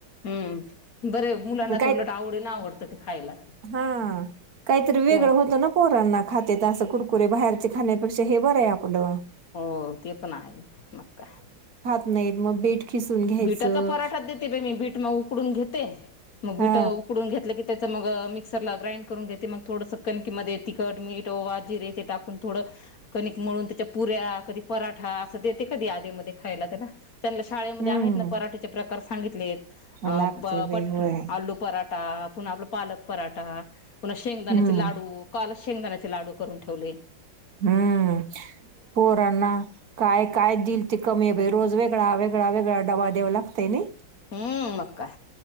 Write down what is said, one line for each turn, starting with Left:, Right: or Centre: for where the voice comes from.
Left: हम्म बरे मुलांना
Right: काय
Left: तर उलट आवडी ना आवडत ते खायला
Right: हा काहीतरी वेगळं
Left: हो
Right: होतं ना पोरांना खातेेत असं कुरकुरे बाहेरचे खाण्यापेक्षा हे बरं आहे आपलं.
Left: हो ते पण आहे मग काय,
Right: नाही मग बीट, खिसून घ्यायचं
Left: बिटाचा पराठा देते प मी बीट मग उकडून घेते मग
Right: हा
Left: बीट उकडून घेतलं की त्याचं मग मिक्सरला ग्राइंड करून घेते मग थोडंसं कणकीमध्येध्ये तिखट मीठ व वा जरे ते टाकून थोडं कणिक तमळून त्या च्या पुऱ्या कधी पराठा अस देते कधी आध खायला त्या त्यां शाळेमध्ये
Right: हम्म
Left: आहेत पराठेचे प्रकार सांगितले ब
Right: लागतय बाई होय
Left: आलू पराठ. अ पुन्हा आपला पालक पराठा पुन्हा शेंगदाण्याचे
Right: हम्म
Left: लाडू काल शेंगदाण्याचे लाडू. करून ठेवलय.
Right: हम्म पोरांना काय काय दिल ते कमीय. रोज वेगळा वेगळा वेगळा डबा द्यावा लागतय नाय.
Left: हम्म मग काय